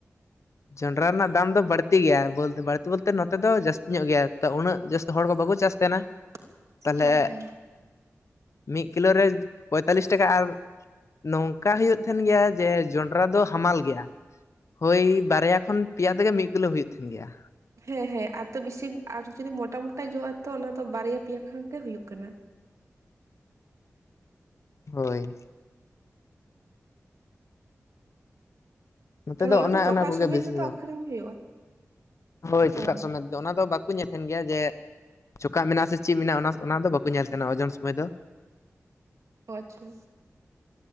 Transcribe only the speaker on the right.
<inaudible>
ᱦᱮᱸ
ᱦᱮᱸ ᱦᱮᱸ ᱟᱨ ᱛᱚ ᱵᱤᱥᱤ ᱟᱨ ᱡᱩᱫᱤ ᱢᱚᱴᱟ ᱢᱚᱴᱟ ᱡᱚᱜ-ᱟ ᱛᱚ ᱚᱱᱟ ᱫᱚ ᱵᱟᱨᱭᱟ ᱯᱮᱭᱟ ᱠᱷᱟᱱ ᱜᱮ ᱦᱩᱭᱩᱜ ᱠᱟᱱᱟ
ᱛᱟᱦᱚᱞᱮ
ᱪᱚᱠᱟᱜ
ᱥᱚᱢᱮᱛ
ᱜᱮᱛᱚ
ᱟᱠᱷᱨᱤᱧ ᱦᱩᱭᱩᱜᱼᱟ
ᱚ
ᱚ ᱟᱪᱪᱷᱟ